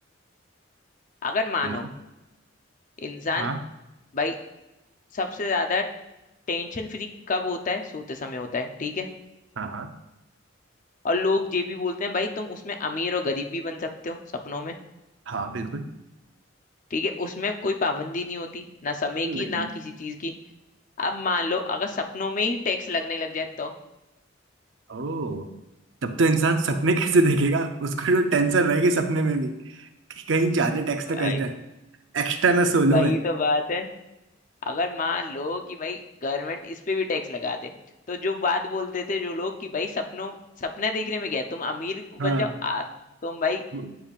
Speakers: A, on the left; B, on the right.
A: अगर मानो
B: बिल्कुल
A: इंसान
B: हाँ
A: भाई सबसे ज्यादा टेंशन फ्री कब होता है सोते समय होता है ठीक है
B: हाँ हाँ
A: और लोग ये भी बोलते हैं भाई तुम उसमें अमीर और गरीब भी बन सकते हो सपनों में
B: हाँ बिल्कुल
A: ठीक है उसमें कोई पाबंदी नहीं होती ना समय
B: नहीं
A: की
B: नहीं
A: ना किसी चीज की अब मान लो अगर सपनों में ही टैक्स लगने लग जाए तो
B: ओ तब तो इंसान सपने कैसे देखेगा उसको जो टेंशन रहेगी सपने में भी कि कहीं ज्यादा टैक्स
A: भाई
B: तो कस जाए एक्स्ट्रा ना सोलू
A: वही
B: है
A: तो बात है अगर मान लो कि भाई गवर्नमेंट इस पे भी टैक्स लगा दे तो जो बात बोलते थे जो लोग कि भाई सपनों सपने देखने में गए तुम अमीर बन
B: हाँ
A: जाओ आप तुम भाई
B: मु-